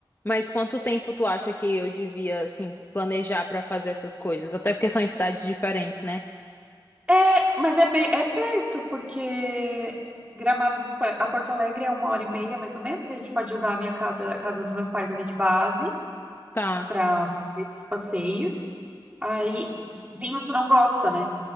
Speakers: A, on the left; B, on the right.
A: Mas quanto tempo tu acha que eu devia, assim, planejar pra fazer essas coisas? Até porque são em cidades diferentes, né?
B: É, mas é bem, é perto, porque Gramado pra- a Porto Alegre é uma hora e meia, mais ou menos, e a gente pode usar a minha casa, a casa dos meus pais ali de base
A: Tá.
B: para esses passeios. Aí, vinho tu não gosta, né?